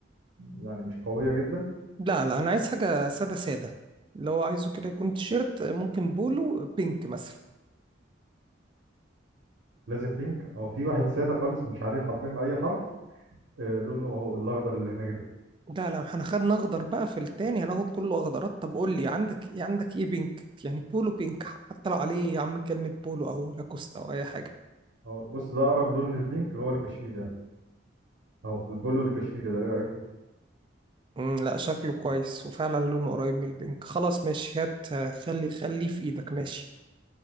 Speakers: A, on the right; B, on the right.
A: يعني مش قوية جدا
B: لا لا انا عايز حاجة سادة سادة اللي هو عايزه كده يكون تيشيرت ممكن بولو بينك مثلا
A: لازم بينك هو في واحد سادة خالص مش عليه حرفيا أي حرف آه، لونه هو الأخضر اللي هناك ده
B: لا لا احنا خدنا اخضر بقى في التاني هناخد كله اخضرات طب قول لي عندك ايه عندك ايه بينك يعني بولو بينك حتى لو عليه يا عم كلمة بولو او لاكوستا او اي حاجة
A: أهو بص ده أقرب لون للبينك اللي هو الكشميري ده أهو البولو الكشميري ده إيه رأيك فيه؟
B: مم، لا شكله كويس وفعلا لونه قريب من البنك خلاص ماشي هات آه، خلي خليه في ايدك ماشي